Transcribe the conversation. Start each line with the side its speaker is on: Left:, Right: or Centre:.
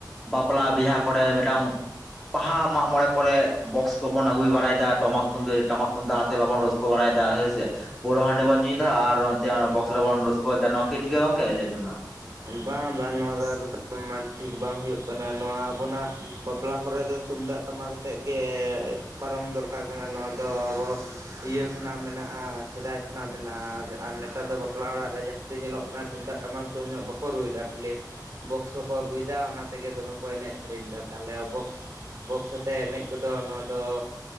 Centre: ᱵᱟᱯᱞᱟ ᱵᱤᱦᱟᱹ ᱠᱚᱨᱮ ᱢᱤᱫᱴᱟᱝ ᱵᱟᱦᱟ ᱢᱟᱜᱽ ᱢᱚᱬᱮ ᱠᱚᱨᱮ ᱵᱚᱠᱥ ᱠᱚᱵᱚᱱ ᱟᱹᱜᱩᱭ ᱵᱟᱲᱟᱭᱮᱫᱟ ᱴᱟᱢᱟᱠ ᱛᱩᱢᱫᱟᱜ ᱴᱟᱢᱟᱠ ᱛᱩᱢᱫᱟᱜ ᱛᱮ ᱵᱟᱵᱚᱱ ᱨᱚᱥ ᱠᱚ ᱵᱟᱲᱟᱭ ᱫᱟ ᱥᱮ ᱦᱳᱭ ᱥᱮ ᱯᱳᱲᱳ ᱦᱟᱸᱰᱮ ᱵᱚᱱ ᱧᱩᱭᱮᱫᱟ ᱟᱨ ᱱᱚᱛᱮ ᱵᱚᱠᱥ ᱵᱚᱱ ᱨᱟᱹᱥᱠᱟᱹ ᱮᱫᱟ ᱴᱷᱤᱠᱠᱟ ᱜᱚᱝᱠᱮ ᱞᱮᱟᱹᱭᱵᱮᱱᱠ ᱢᱟ?
Right: ᱵᱟᱝ ᱵᱟᱝ ᱱᱚᱣᱟ ᱫᱚ ᱮᱠᱫᱚᱢ ᱴᱷᱤᱠ ᱵᱟᱝ ᱦᱩᱭᱩᱜ ᱠᱟᱱᱟ ᱱᱚᱣᱟ ᱟᱵᱚᱱᱟᱜ ᱵᱟᱯᱞᱟ ᱠᱚᱨᱮ ᱫᱚ ᱛᱩᱢᱫᱟᱜ ᱴᱟᱢᱟᱠ ᱟᱛᱮᱫ ᱜᱮ ᱯᱟᱨᱚᱢ ᱫᱚᱨᱠᱟᱨ ᱠᱟᱱᱟ ᱱᱚᱣᱟ ᱫᱚ ᱟᱵᱚ ᱤᱭᱟᱹ ᱠᱷᱚᱱᱟᱜ ᱢᱮᱱᱟᱜ-ᱟ ᱥᱮᱫᱟᱭ ᱠᱷᱢᱮᱱᱟᱜᱼᱟ ᱟᱨ ᱱᱮᱛᱟᱨ ᱫᱚ ᱵᱟᱯᱞᱟ ᱚᱲᱟᱜ ᱨᱮ ᱡᱟᱹᱥᱛᱤ ᱧᱮᱞᱚᱜ ᱠᱟᱱᱟ ᱛᱩᱢᱫᱟᱜ ᱴᱟᱢᱟᱠ ᱫᱚ ᱩᱱᱟᱹᱜ ᱵᱟ ᱠᱚ ᱨᱩᱭᱮᱫᱟ ᱠᱷᱟᱹᱞᱤ ᱵᱚᱠᱥᱚ ᱠᱚ ᱟᱹᱜᱩᱭᱮᱫᱟ ᱚᱱᱟ ᱛᱮᱜᱮ ᱫᱚᱢᱮ ᱠᱚ ᱮᱱᱮᱡ ᱥᱮᱨᱮᱧ ᱮᱫᱟ ᱛᱟᱦᱚᱞᱮ ᱟᱵᱚ ᱵᱚᱠᱥ ᱟᱛᱮᱫ ᱮᱱᱮᱡ ᱠᱚᱫᱚ ᱱᱚᱣᱟ ᱫᱚ